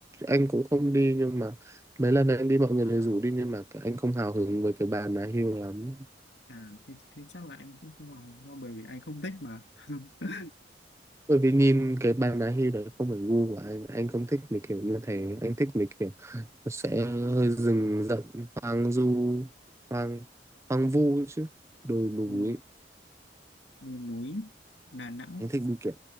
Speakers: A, on the right; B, on the left.
A: anh cũng không đi nhưng mà mấy lần anh đi mọi người đều rủ đi nhưng mà anh không hào hứng với cái Bà Nà Hills lắm
B: à thế, thế chắc là em cũng không vào đâu bởi vì anh không thích mà <laughs>
A: bởi vì nhìn cái Bà Nà Hills đấy không phải gu của anh anh không thích mấy kiểu như thế anh thích mấy kiểu nó sẽ hơi rừng rậm hoang du hoang hoang vu ấy chứ đồi núi
B: ừ, vùng núi Đà Nẵng
A: anh thích đi kiểu